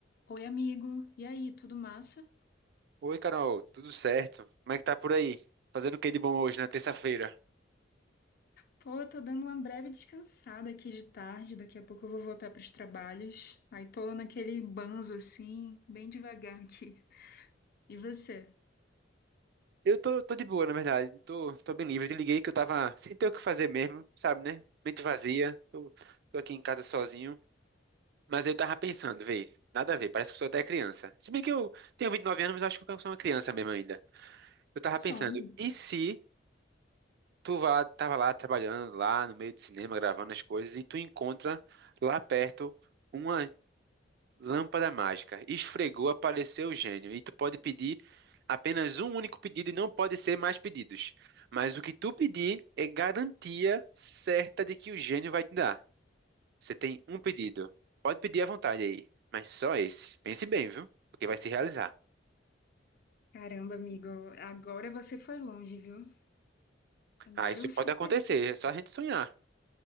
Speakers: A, on the left; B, on the right.
A: Oi, amigo. E aí, tudo massa?
B: Oi, Carol, tudo certo? Como é que tá por aí? Fazendo o que de bom hoje, na terça-feira?
A: Pô, eu tô dando uma breve descansada aqui de tarde. Daqui a pouco eu vou voltar pros trabalhos. Aí tô naquele banzo assim, bem devagar aqui. E você?
B: Eu tô, tô de boa, na verdade. Tô, tô bem livre. Eu te liguei que eu tava sem ter o que fazer mesmo, sabe, né? Mente vazia. Tô, tô aqui em casa sozinho. Mas eu tava pensando, vê, nada a ver, parece que eu sou até criança. Se bem que eu tenho 29 anos, mas eu acho que eu sou uma criança mesmo ainda. Eu tava
A: Some.
B: pensando, e se tu vá, tava lá trabalhando, lá no meio do cinema, gravando as coisas, e tu encontra lá perto. Uma, Lâmpada mágica. Esfregou, apareceu o gênio. E tu pode pedir apenas um único pedido e não pode ser mais pedidos. Mas o que tu pedir é garantia certa de que o gênio vai te dar. Você tem um pedido. Pode pedir à vontade aí, mas só esse. Pense bem, viu? Porque vai se realizar.
A: Caramba, amigo, agora você foi longe, viu? Agora
B: Ah, isso
A: você
B: pode
A: foi.
B: acontecer, é só a gente sonhar.